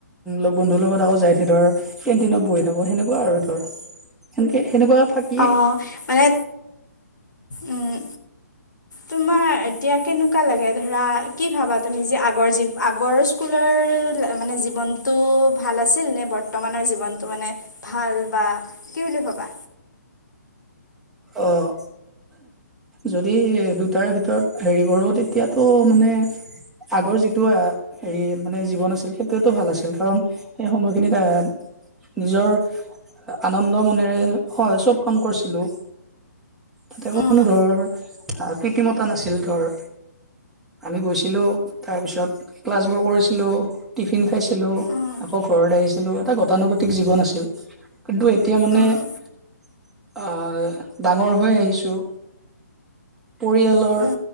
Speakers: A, in the centre; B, on the left.
A: লগ বন্ধুৰ লগত আকৌ যাই কিনে ধৰ কেণ্টিনত বহি থাকো সেনেকুৱা আৰু ধৰ সেনেকে - সেনেকোৱাকে
B: অ, মানে উম, তোমাৰ এতিয়া কেনেকুৱা লাগে ধৰা কি ভাবা তুমি যে আগৰ যি আগৰ স্কুলৰ মানে জীৱনটো ভাল আছিল নে বৰ্তমানৰ জীৱনটো মানে ভাল বা কি বুলি ভবা?
A: অ', যদি দুটাৰ ভিতৰত হেৰি কৰো তেতিয়াতো মানে আগৰ যিটো হেৰি মানে জীৱন আছিল সেইটোয়টো ভাল আছিল কাৰণ সেই সময়খিনিত নিজৰ আনন্দ মনেৰে, হয় চব কাম কৰিছিলোঁ। তাতে
B: উম
A: কোনো ধৰ আ কৃতিমতা নাছিল ধৰ। আমি গৈছিলোঁ তাৰপিছত ক্লাছবোৰ কৰিছিলোঁ, টিফিন খাইছিলোঁ
B: উম
A: আকৌ ঘৰত আহিছিলো, এটা গতানুগতিক জীৱন আছিল কিন্তু এতিয়া মানে
B: উম
A: আহ ডাঙৰ হৈ আহিছো, পৰিয়ালৰ
B: উম